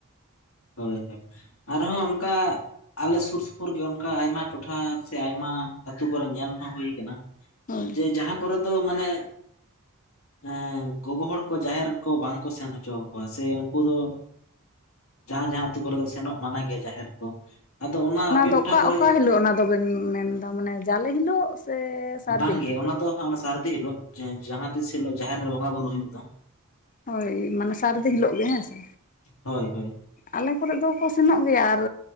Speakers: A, on the left (about 75°); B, on the left (about 40°).
A: ᱦᱳᱭ ᱦᱳᱭ ᱟᱨᱦᱚᱸ ᱚᱱᱠᱟ ᱟᱞᱮ ᱥᱩᱨ ᱥᱩᱯᱩᱨ ᱜᱮ ᱚᱱᱠᱟ ᱟᱭᱢᱟ ᱴᱚᱴᱷᱟ ᱥᱮ ᱟᱭᱢᱟ ᱟᱹᱛᱩ ᱠᱚᱨᱮ ᱧᱮᱞ ᱦᱚᱸ ᱦᱩᱭ ᱠᱟᱱᱟ
B: ᱦᱳᱭ
A: ᱡᱮ ᱡᱟᱦᱟᱸ ᱠᱚᱨᱮ ᱫᱚ ᱢᱟᱱᱮ ᱮᱸ ᱜᱚᱜᱚ ᱦᱚᱲ ᱠᱚ ᱡᱟᱦᱮᱨᱮ ᱠᱚ ᱵᱟᱝ ᱠᱚ ᱥᱮᱱ ᱦᱚᱪᱚ ᱟᱠᱚᱣᱟ ᱥᱮ ᱩᱱᱠᱩ ᱫᱚ ᱡᱟᱦᱟᱸ ᱡᱟᱦᱟᱸᱟᱹᱛᱩ ᱠᱚᱨᱮ ᱫᱚ ᱥᱮᱱᱚᱜ ᱢᱟᱱᱟ ᱜᱮᱭᱟ ᱡᱟᱦᱮᱨ ᱠᱚ ᱟᱫᱚ ᱚᱱᱟ ᱟᱯᱮ
B: ᱫᱚ
A: ᱴᱚᱴᱷᱟ
B: ᱚᱠᱟ
A: ᱠᱚᱨᱮ
B: ᱚᱠᱟ ᱦᱤᱞᱳᱜ ᱚᱱᱟ ᱫᱚᱵᱮᱱ ᱢᱮᱱ ᱫᱟ ᱢᱟᱱᱮ ᱡᱟᱞᱮ ᱦᱤᱞᱳᱜ ᱥᱮ ᱥᱟᱹᱨᱫᱤ
A: ᱵᱟᱝᱜᱮ
B: ᱦᱤᱞᱳᱜ
A: ᱚᱱᱟ ᱫᱚᱜ ᱚᱱᱟ ᱥᱟᱨᱫᱤ ᱦᱤᱞᱳᱜ ᱡᱟᱦᱟᱸ ᱛᱤᱥ ᱦᱤᱞᱳ ᱡᱟᱦᱮᱨ ᱨᱮ ᱵᱚᱸᱜᱟ ᱵᱩᱨᱩᱳ ᱦᱩᱭᱩᱜ ᱫᱚ
B: ᱦᱳᱭ ᱢᱟᱱᱮ ᱥᱟᱨᱮᱫᱤ ᱦᱤᱞᱳᱜ ᱜᱮ ᱦᱮᱸ ᱥᱮ
A: ᱦᱳᱭ ᱦᱳᱭ
B: ᱟᱞᱮ ᱠᱚᱨᱮ ᱫᱚᱠᱚ ᱥᱮᱱᱚᱜ ᱜᱮᱭᱟ ᱟᱨ